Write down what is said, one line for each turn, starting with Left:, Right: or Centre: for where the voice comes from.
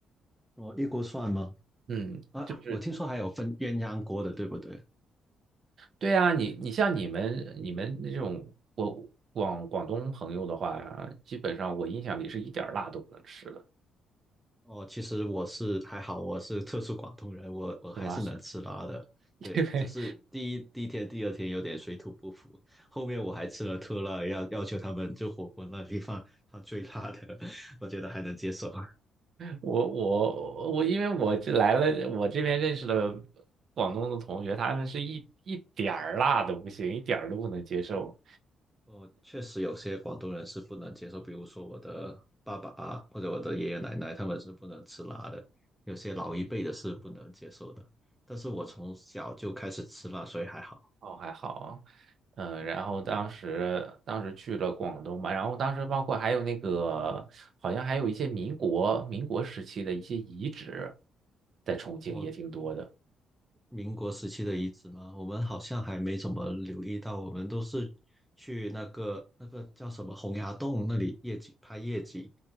Centre: 哦，一锅涮吗？
Right: 嗯，
Centre: 啊，
Right: 就是
Centre: 我听说还有分鸳鸯锅的，对不对？
Right: 对啊，你你像你们你们那种我广广东朋友的话，基本上我印象里是一点儿辣都不能吃的，
Centre: 哦，其实我是还好，我是特殊广东人，我我还是能吃辣的。
Right: 是吗？<laughs>
Centre: 对，
Right: 对，
Centre: 只是第一第一天、第二天有点水土不服，后面我还吃了特辣，要要求他们就火锅那地方放最辣的，<laughs> 我觉得还能接受。
Right: 我我我，因为我这来了，我这边认识的广东的同学，他们是一一点儿辣都不行，一点儿都不能接受。
Centre: 哦，确实有些广东人是不能接受，比如说我的爸爸啊，或者我的爷爷奶奶，他们是不能吃辣的，有些老一辈的是不能接受的。但是我从小就开始吃辣，所以还好。
Right: 哦，还好，嗯，然后当时当时去了广东嘛，然后当时包括还有那个，好像还有一些民国民国时期的一些遗址，在重庆也挺多的。
Centre: 哦，民国时期的遗址吗？我们好像还没怎么留意到，我们都是去那个那个叫什么洪崖洞那里夜景拍夜景，